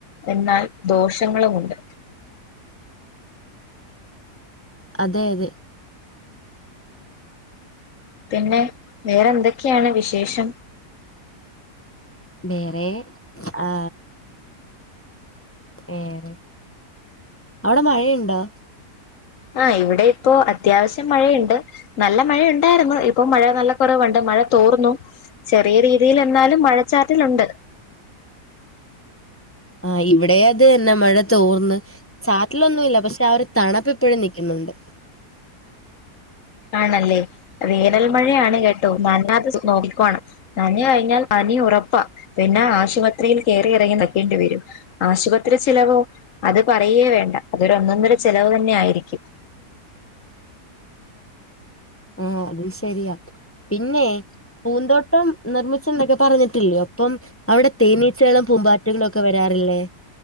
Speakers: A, on the left (about 55°); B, on the left (about 20°).
A: എന്നാൽ ദോഷങ്ങളുമുണ്ട്
B: അതെ അതെ
A: പിന്നെ വേറെ ന്തൊക്കെയാണ് വിശേഷം?
B: വേറെ ആ വേറെ അവടെ മഴയുണ്ടോ?
A: ആ ഇവിടെ ഇപ്പൊ അത്യാവശ്യം മഴയുണ്ട് നല്ല മഴ ഉണ്ടായിരുന്നു ഇപ്പൊ മഴ നല്ല കുറവുണ്ട് മഴ തോർന്നു ചെറിയ രീതിയിൽ എന്നാലും മഴച്ചാറ്റലുണ്ട്
B: ആ ഇവിടെ അത് എന്നേ മഴ തോർന്ന് ചാറ്റലൊന്നുഇല്ല പക്ഷെ ആ ഒര് തണപ്പ് ഇപ്പോഴും നിക്കുന്നുണ്ട്
A: ആണല്ലേ വേനൽ മഴയാണ് കെ ട്ടോ നനയാതെ നോക്കിക്കോണം നനഞ്ഞ് കഴിഞ്ഞാൽ പനി ഉറപ്പാ പിന്നെ ആശുപ ത്രീൽ കേറി ഇറങ്ങി നിക്കേണ്ടി വരും ആശുപത്രി ചിലവോ അത് പറയേ വേണ്ട അതൊരു ഒന്നൊന്നര ചിലവ് തന്നെ ആയിരിക്കും
B: ഏ അത് ശരിയാ പിന്നെ പൂന്തോട്ടം നിർമ്മിച്ചെന്നൊക്കെ പറഞ്ഞിട്ടില്ലേ അപ്പം അവിടെ തേനീച്ചകളും പൂമ്പാറ്റകളും ഒക്കെ വരാറില്ലേ?